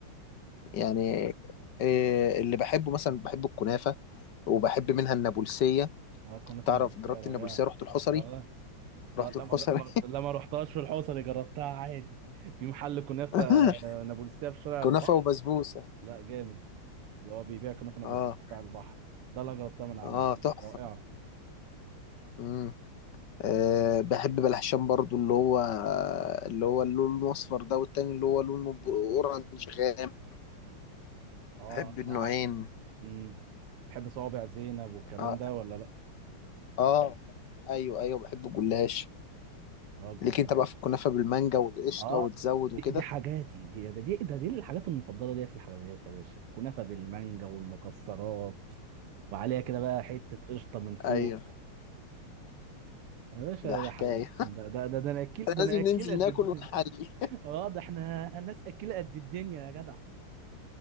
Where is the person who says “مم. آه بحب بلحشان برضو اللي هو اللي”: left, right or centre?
Left